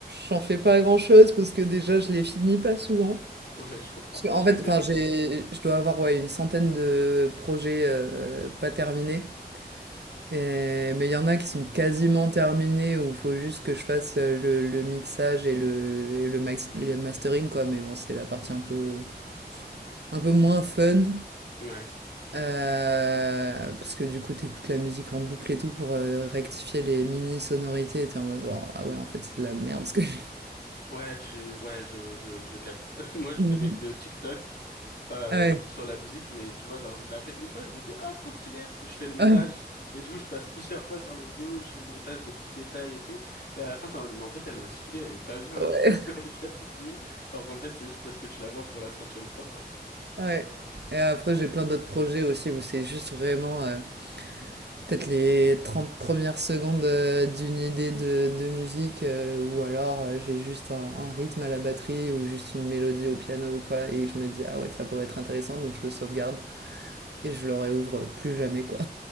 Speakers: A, on the right; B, on the left.
A: j'en fais pas grand-chose parce que déjà je les finis pas souvent.
B: <laughs> Ouais, je comprends.
A: Parce qu'en fait, enfin,
B: <laughs>
A: j'ai, je dois avoir ouais, une centaine de projets euh, pas terminés. Et- mais il y en a qui sont quasiment terminés où il faut juste que je fasse euh, le, le mixage et le, et le, max- le mastering, quoi. Mais bon, c'est la partie un peu, un peu moins fun.
B: Ouais.
A: Euh, parce que du coup, t'écoutes la musique en boucle et tout pour euh, rectifier les mini sonorités. Et t'es en mode genre, ah ouais, en fait, c'est de la merde ce que j'ai.
B: Ouais, tu, ouais, je, je, je capte. <laughs> Moi, je
A: Mhm.
B: fais des vidéos TikTok, pas euh,
A: Ouais,
B: sur la musique, mais tu vois, genre, je la fais une fois, je me dis, ah, trop stylé, puis je fais le montage,
A: ouais,
B: et du coup, je passe <laughs> plusieurs fois sur les vidéos, je fais le montage des petits détails et tout, et à la fin, t'es en mode, mais en fait, elle m'a saoulé, elle est pas bien,
A: ouais.
B: du coup, <laughs> t'as plus envie de la publier, alors qu'en fait, c'est juste parce que tu la vois pour la centième fois, quoi.
A: Ouais. Et après, j'ai plein d'autres projets aussi où c'est juste vraiment euh, peut-être les 30 premières secondes euh, d'une idée de, de musique euh, ou alors euh, j'ai juste un, un rythme à la batterie ou juste une mélodie au piano ou quoi et je me dis ah ouais, ça pourrait être intéressant donc je le sauvegarde et je le réouvre plus jamais quoi.